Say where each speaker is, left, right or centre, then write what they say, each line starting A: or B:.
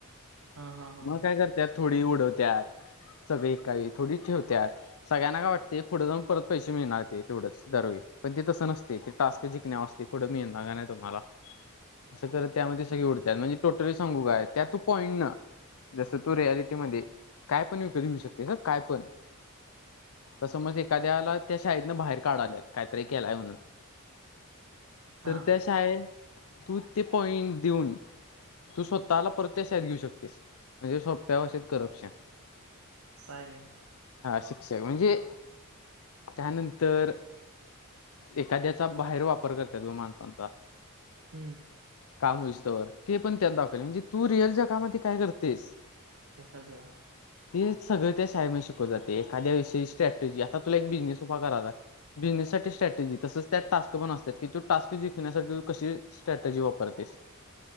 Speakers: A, on the right; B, on the left.
A: हा हा हा
B: मग काय करत्यात, थोडी उडवत्यात सगळे, एका वेळी थोडीच ठेवत्यात. सगळ्यांना काय वाटते. पुढे जाऊन परत पैसे मिळणार ते. तेवढंच, दरवेळी. पण ते तसं नसते. टास्क जिकण्यावर असतय. पुढं मिळणार का नाही, तुम्हाला? असं करत त्यामध्ये सगळी उड त्यात म्हणजे टोटली सांगू काय? त्यात तू पॉईंन जसं, तू रियालिटी मध्ये. काय पण विकत घेऊ शकतेस. काय पण. तसं मग, एखाद्याला त्या शाळेतन बाहेर काढाल्यात. काहीतरी केलाय म्हणून. तर
A: हा
B: त्या शाळेत, तू ते पॉइंट देऊन तू स्वतःला परत, त्या शाळेेत घेऊ शकतेस. म्हणजे, सोप्या भाषेत करप्शन.
A: साये.
B: हा शिक्षक. म्हणजे, त्यानंतर एखाद्याचा बाहेर वापर करत्यात, <unintelligible> माणसांचा.
A: हम्म.
B: काम होईस्तवर. ते पण त्यात दाखवल. म्हणजे तू रिअलच्या कामात काय, करतेस?
A: ते सगळं.
B: ते सगळं त्या शाळेमध्ये शिकवल जाते. एखाद्या विषयी स्ट्रॅटेजी. आता तुला एक बिझनेस उभा कराला बिझनेससाठी स्ट्रॅटेजी. तसच त्यात टास्क पण असत्यात. की तो टास्क जिंण्यासाठी कशी स्ट्रॅटेजी वापरतेस.